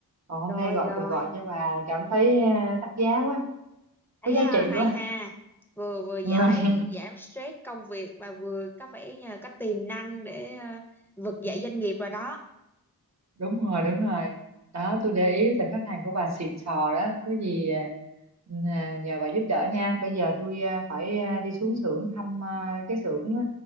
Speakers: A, on the right; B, in the centre.
A: còn hôm
B: rồi
A: nay gọi
B: rồi
A: cuộc gọi cho bà cảm thấy à, đắt giá quá
B: thấy
A: có giá
B: à,
A: trị
B: hay
A: quá
B: ha vừa vừa giải
A: <laughs>
B: giảm stress công việc mà vừa có vẻ như là có tiềm năng để à, vực dậy
A: Ừ.
B: doanh nghiệp rồi đó
A: đúng rồi đúng rồi đó tôi để ý tại khách hàng của bà xịn sò đó có gì à, à, nhờ bà giúp đỡ nha bây giờ tôi à, phải à, đi xuống xưởng thăm à, cái xưởng á